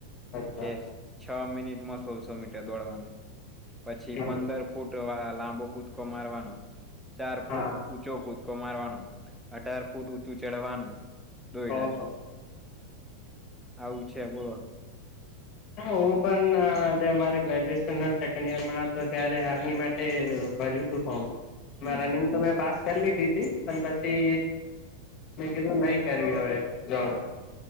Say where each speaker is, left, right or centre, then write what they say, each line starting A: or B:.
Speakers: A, on the left (about 35°); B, in the centre.
A: અચ્છા
B: કે. છ મિનિટમાં સોળસો મીટર દોડવાનું, પછી
A: હમ
B: પંદર ફૂટ લાંબો કુદકો મારવાનો, ચાર
A: હા
B: ફૂટ ઊંચો કુદકો મારવાનો. અઢાર ફૂટ ઊંચું ચડવાનું દોયડા
A: ઓહો
B: થી. આવું છે, બોલો.
A: હા, હું પણ મારે ગ્રેજ્યુએશન ના સેકન્ડ ઈયર માં હતો, ત્યારે આર્મી માટે. ભર્યું, ટુ ફોમ
B: હમ
A: રનિંગ. તો મેં પાસ કરી લીધી હતી, પણ પછી મેં કીધૂ નહી કરે હવે જોબ.